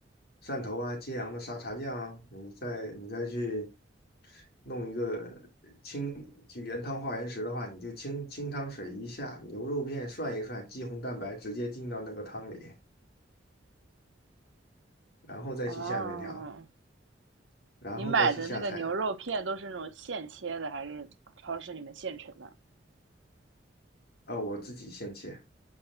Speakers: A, on the left (about 60°); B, on the right (about 80°).
A: 汕头啊、揭阳的沙茶酱啊，你再你再去弄一个清，就原汤化原食的话，你就清清汤水一下，牛肉片涮一涮，肌红蛋白直接进到那个汤里，然后再去下面条，
B: 哦，
A: 然后再去下菜。
B: 你买的那个牛肉片都是那种现切的，还是超市里面现成的？
A: 啊，我自己现切。